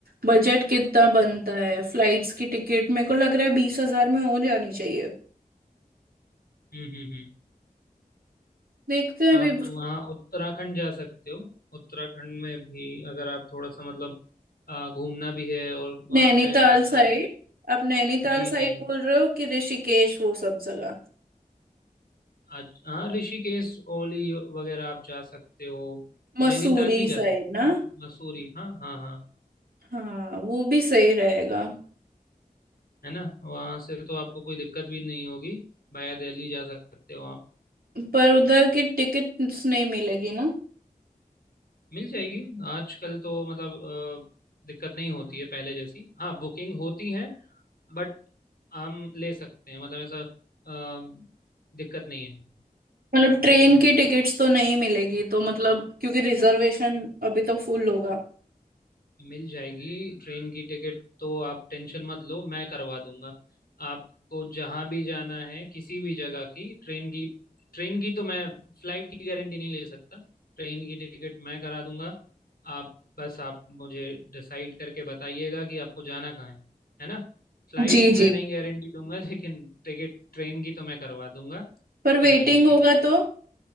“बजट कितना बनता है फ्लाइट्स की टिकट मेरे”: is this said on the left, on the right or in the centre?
Right